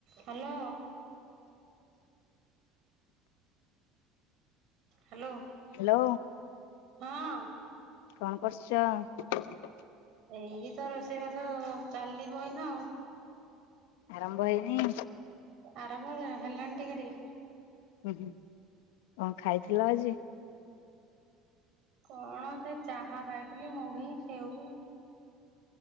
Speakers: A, on the right; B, on the left.
A: Hello. Hello
B: hello
A: ହଁ।
B: କଣ କରୁଚ?
A: ଏଇ ତ ରୋଷେଇ ବାସ ଚାଲିବ ଏଇନା ଆଉ।
B: ଆରମ୍ଭ ହେଇନେଇ?
A: ଆରାମ୍ବ ଲା ହେଲାଣି ଟିକେ ଟିକେ।
B: ଉଁ ହୁଁ କଁ ଖାଇଥିଲ ଆଜି?
A: କଣ ସେ ଚାହା ଖାଇଥିଲି ମୁଢ଼ି ସେଉ।